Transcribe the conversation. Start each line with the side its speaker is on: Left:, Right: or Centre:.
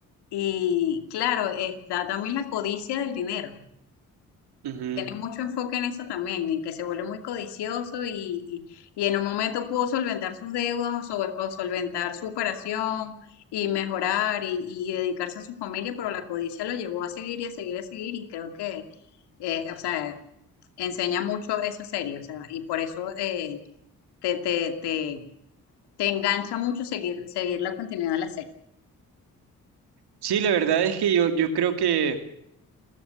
Left: y claro, está también la codicia del dinero
Right: ujú.
Left: tiene mucho enfoque en eso también, en que se vuelve muy codicioso y, y- y en un momento pudo solventar sus deudas o, sol- o solventar su operación y mejorar y, y dedicarse a su familia, pero la codicia lo llevó a seguir y a seguir y a seguir y creo que, eh, o sea, enseña mucho esa serie, o sea, y por eso eh, te, te, te, te engancha mucho seguir, seguir la continuidad de la serie.
Right: Sí, la verdad es que yo, yo creo que